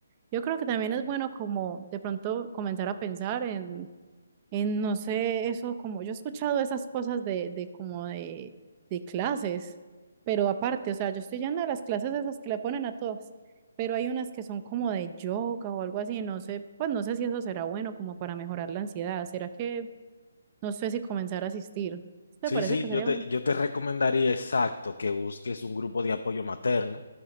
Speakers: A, on the right (about 25°); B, on the left (about 60°).
A: yo creo que también es bueno como de pronto comenzar a pensar en en, no sé, eso como yo he escuchado esas cosas de, de como de, de clases, pero aparte, o sea, yo estoy yendo a las clases esas que le ponen a todas, pero hay unas que son como de yoga o algo así, no sé, pues no sé si eso será bueno como para mejorar la ansiedad, será que, no sé si comenzar a asistir, ¿Sí ¿te
B: Sí,
A: parece
B: sí,
A: que sería
B: yo te,
A: bueno?
B: yo te recomendaría exacto que busques un grupo de apoyo materno,